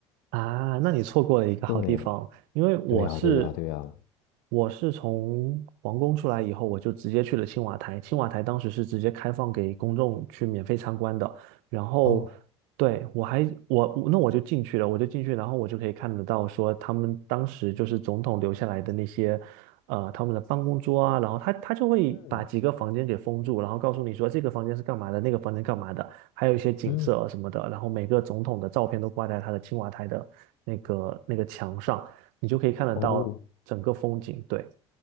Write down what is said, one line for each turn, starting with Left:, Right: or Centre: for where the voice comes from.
Right: 啊，那你错过了一个好地方，
Left: 对，
Right: 因为我是
Left: 对呀，对呀，对呀，
Right: 我是从皇宫出来以后，我就直接去了青瓦台。青瓦台当时是直接开放给公众去免费参观的，然后对我还我那我就进去了，
Left: 哦，
Right: 我就进去，然后我就可以看得到说他们当时就是总统留下来的那些呃他们的办公桌啊，然后他他就会把几个房间给封住，
Left: 嗯
Right: 然后告诉你说这个房间是干嘛的，那个房间干嘛的。还有一些景色啊什么的，
Left: 嗯，
Right: 然后每个总统的照片都挂在他的青瓦台的那个那个墙上，你就可以看得到整个风景。
Left: 哦，
Right: 对